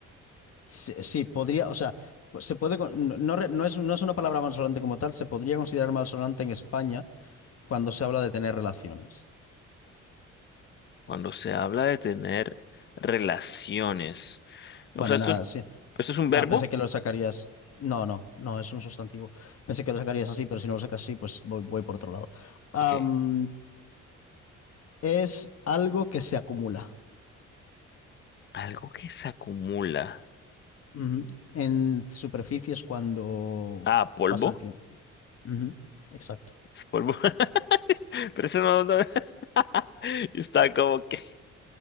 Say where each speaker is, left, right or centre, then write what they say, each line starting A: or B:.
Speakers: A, on the left (about 55°); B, on the left (about 40°).
A: Sí, sí, podría, o sea, se puede, con- no, no re- no es, no es una palabra malsonante como tal, se podría considerar malsonante en España cuando se habla de tener relaciones.
B: Cuando se habla de tener relaciones. O
A: Bueno,
B: sea, esto
A: nada,
B: es,
A: sí.
B: esto es un
A: Nada,
B: verbo.
A: pensé que lo sacarías. No, no, no, es un sustantivo. Pensé que lo sacarías así, pero si no lo sacas así, pues voy, voy por otro lado. Am,
B: Ok.
A: es algo que se acumula
B: Algo que se acumula.
A: ujú, en superficies cuando
B: Ah, polvo.
A: pasa el tiempo. Ujú, Exacto.
B: Es polvo. <laughs> Pero eso no, no. <laughs> Yo estaba como que.